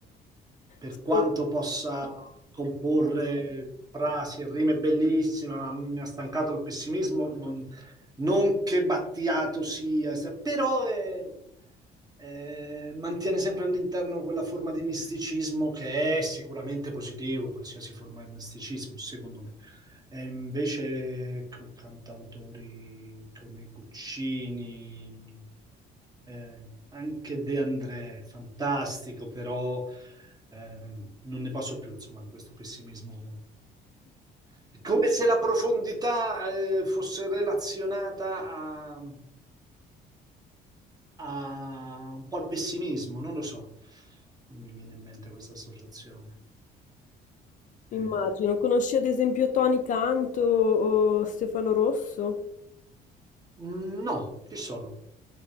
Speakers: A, on the right; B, on the left.
A: Per
B: Sono-
A: quanto possa comporre frasi e rime bellissime, ma mi ha stancato il pessimismo. Non, non che Battiato sia, se- però eh, eh, mantiene sempre all'interno quella forma di misticismo che è sicuramente positivo, qualsiasi forma di misticismo, secondo me. E invece, ecco, cantautori come Guccini. Eh, anche De André, fantastico, però ehm, non ne posso più, insomma, di questo pessimismo. È come se la profondità eh, fosse relazionata a, a un po' al pessimismo, non lo so. Mi viene in mente questa associazione. Eh,
B: Immagino. Conosci ad esempio Tony Canto o Stefano Rosso?
A: mm, no, chi sono?